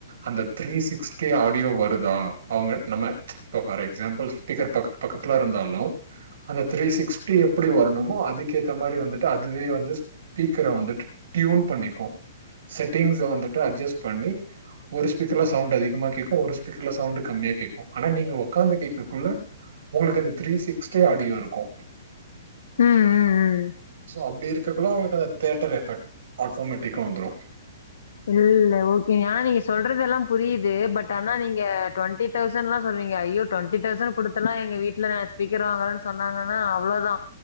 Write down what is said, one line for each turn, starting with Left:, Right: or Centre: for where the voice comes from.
Right: அந்த த்ரீ சிக்ஸ்டி ஆடியோ வருதா அவுங்க நம்ம இப்ப ஃபார் எக்ஸாம்பிள் ஸ்பீக்கர் பக்கத்பக்கத்துல இருந்தாலு அந்த த்ரீ சிக்ஸ்டி எப்படி வரணுமோ அதுக்கேத்த மாரி வந்துட்டு அதுவே வந்து ஸ்பீக்கர வந்துட்டு டியூன் பண்ணிக்கு செட்டிங்ஸ வந்துட்டு அட்ஜஸ்ட் பண்ணி ஒரு ஸ்பீக்கர்ல சவுண்டு அதிகமா கேக்கு ஒரு ஸ்பீக்கர்ல சவுண்டு கம்மியா கேக்கு ஆனா நீங்க ஒக்க்காந்து கேக்கக்குள்ள உங்களுக்கு அந்த த்ரீ சிக்ஸ்டே ஆடியோ இருக்கு
Left: ம், ம், ம்.
Right: சோ அப்டி இருக்ககுள்ள உங்களுக்கு அந்த தேட்டர் எஃபெக்ட் ஃபோமேட்டிக்கு வந்துரு
Left: ம் ஓகேங்க ஆனா நீங்க சொல்றதெல்லாம் புரியுது பட் ஆனா நீங்க டுவெண்டி தௌசண்ட் எல்லா சொல்றீங்க அய்யோ டுவெண்ட்டி தௌசண்ட் குடுத்துலா எங்க வீட்ல ஸ்பீக்கர் வாங்குறன்னு சொன்னாங்கானா அவ்ளோதா